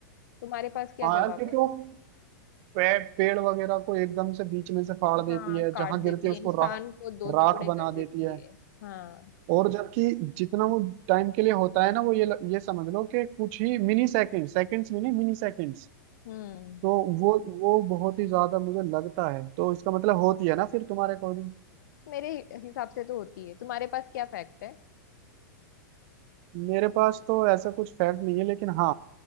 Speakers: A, on the left (about 65°); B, on the right (about 45°).
A: तुम्हारे पास क्या
B: हाँ
A: जवाब
B: यार क्योंकि
A: है
B: वो पे, पेड़ वगैरह को एकदम से बीच में से फाड़ देती
A: हाँ
B: है
A: काट
B: जहां गिरती
A: देती
B: है उसको
A: है इंसान
B: राख
A: को दो
B: राख
A: टुकड़े
B: बना
A: कर देती
B: देती है
A: है हाँ
B: और जबकि जितना वो टाइम के लिए होता है ना वो ये ल- ये समझ लो कि कुछ ही मिनी सेकंड सेकंड्स में नहीं मिनी सेकंड्स
A: हम्म
B: तो वो वो बहुत ही ज्यादा मुझे लगता है तो इसका मतलब होती है ना फिर तुम्हारे अकॉर्डिंग
A: मेरे हिसाब से तो होती है तुम्हारे पास क्या फैक्ट है
B: मेरे पास तो ऐसा कुछ फैक्ट नहीं है लेकिन हाँ